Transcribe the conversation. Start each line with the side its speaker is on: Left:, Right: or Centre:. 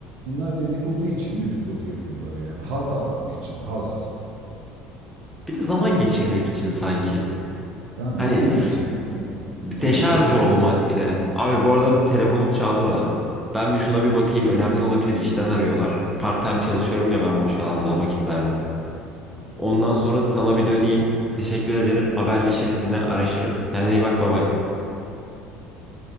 Right: Bunlar dedikodu için dedikodu yapıyorlar yani. Haz almak için haz.
Centre: Bir de zaman geçirmek için sanki.
Right: Tamam mı?
Centre: Hani
Right: zaman
Centre: s-
Right: geçirmek için.
Centre: deşarj
Right: Evet o da
Centre: olmak
Right: var.
Centre: bir de. Abi bu arada telefonum çaldı da. Ben bir şuna
Right: Ha,
Centre: bir bakayım önemli olabilir işten arıyorlar. Part time çalışıyorum ya ben boş kalan zaman vakitlerde.
Right: ha, doğru
Centre: Ondan
Right: doğru
Centre: sonra
Right: sen
Centre: sana bir döneyim. Teşekkür ederim. Haberleşiriz yine araşırız. Kendine iyi bak baba.
Right: hadi bay bay.